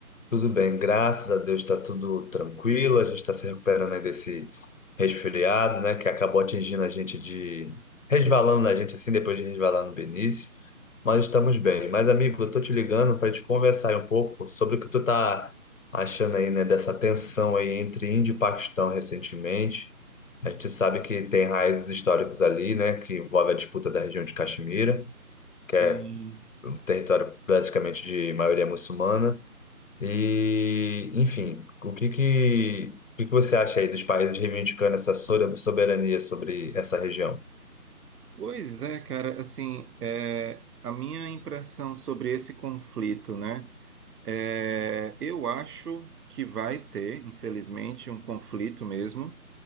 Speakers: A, on the left (about 60°); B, on the right (about 85°).
A: Tudo bem, graças a Deus tá tudo tranquilo. A gente está se recuperando aí desse resfriado, né, que acabou atingindo a gente de resvalando na gente assim depois de resvalar no Benício, mas estamos bem. Mas amigo, eu tô te ligando para te conversar aí um pouco sobre o que tu tá achando aí, né, dessa tensão aí entre Índia e Paquistão recentemente. A gente sabe que tem raízes históricas ali, né, que envolve a disputa da região de Caxemira que
B: Sim.
A: é território basicamente de maioria muçulmana. E, enfim, o que que, o que que você acha aí dos países reivindicando essa sora- soberania sobre essa região?
B: Pois é, cara. Assim, é, a minha impressão sobre esse conflito, né? É, eu acho que vai ter, infelizmente, um conflito mesmo